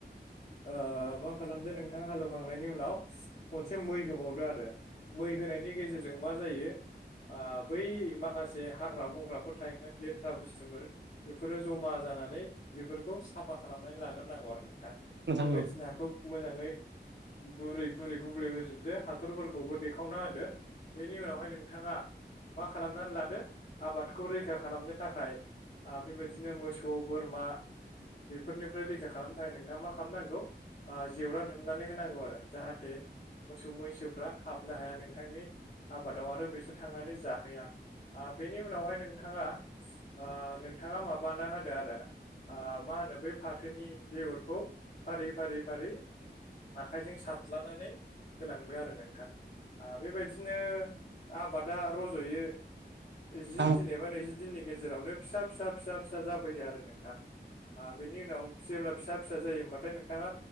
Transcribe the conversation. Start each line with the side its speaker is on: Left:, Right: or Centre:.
Left: ओ मा खालामदो नोंथां हालेवखांनायनि उनाव खनसे मै होबावदो आरो मै होनायनि गेजेरजों मा जायो ओ बै माखासे हाग्रा बंग्राफोर थायोमोन लेथ्रा बुस्थुफोर बेफोरो जमा जानानै बेफोर खौ साफा खालामनानै लाग्रोनांगौ आरो नोंथां बेबायदिनो
Right: औ नोंथां
Left: हाखौ मोजाङै गुरै गुरै गलै होजोबदो हाथरफोरखौबो देखावना होदो बेनि उनावहाय नोंथाङा मा खालामनानै लादो आबादखौ रैखा खालामनो थाखाय आरो बेबायदिनो मोसौ बोरमा बेफोरनिफ्राय रैखा खालामनो थाखाय नोंथाङा मा खालामनांगौ जेवरा दुमनानै होनांगौ आरो जाहाथे मोसौ मैसोफ्रा हाबनो हाया नोंथांनि आबादाव आरो बिसोर थांनानै जाहोया बेनि उनावहाय नोंथाङा ओ नोंथाङा माबाना होदो आरो। मा होनो बै फाथोनि बेगरखौ फारि फारि फारि आखाइजों सार्लानानै होलांदों आरो नोंथां। बेबायदिनो आबादा रज'यो। जि
Right: औ
Left: दिन एबा नैजि दिननि गेजेरावनो फिसा फिसा फिसा फिसा जाबोयो आरो नोंथां बेनि उनाव जेब्ला फिसा फिसा जायो हबाथाय नोंथाङा